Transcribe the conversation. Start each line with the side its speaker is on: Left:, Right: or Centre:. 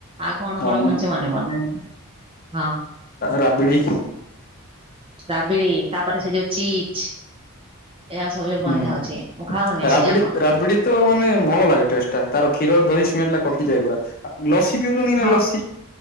Right: ଆଉ କଣ
Left: ଅମ
Right: କଣ ବନଚି ମନେ ପଡ଼ୁନି। ହଁ।
Left: ରାବିଡି
Right: ରାବିଡି ତାପରେ ସେ ଯୋଉ ଚିଜ୍ ଏୟା ସବୁ ଯାକ
Left: ହୁଁ
Right: ବନ୍ଧା ହଉଛି, ମୁଁ ଖାଉନି
Left: ରାବିଡି
Right: ସେ ଯାକ।
Left: ରାବିଡି ତ ମାନେ ଭଲ ଲାଗେ ଟେଷ୍ଟଟା। ତାର କ୍ଷୀର ଦହି ସ୍ମେଲଟା କଟିଯାଏ ପୁରା। ଆ ଲସି ପିଉଛନ୍ତି କି
Right: ହଁ।
Left: ନାଇଁ ଲସି